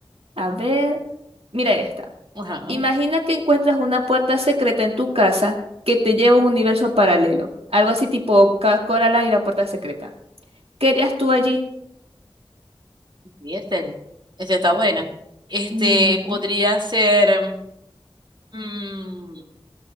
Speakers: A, on the right; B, on the right.
A: A ver, mira esta.
B: Ajá.
A: Imagina que encuentras una puerta secreta en tu casa que te lleva a un universo paralelo. Algo así tipo Ca- Coraline y la puerta secreta. ¿Qué harías tú allí?
B: Miércoles. Esta está buena. Este
A: Ujú.
B: podría ser. mm,